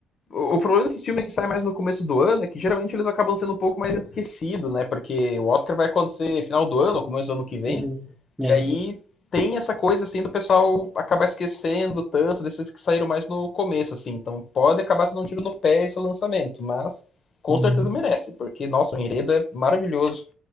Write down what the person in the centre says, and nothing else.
Uhum.
É.
Hum.